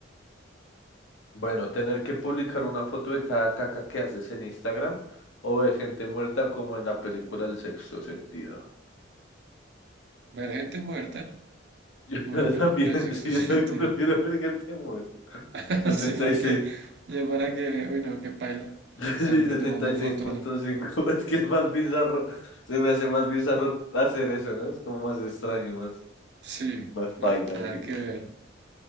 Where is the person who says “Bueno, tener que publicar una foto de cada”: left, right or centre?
Left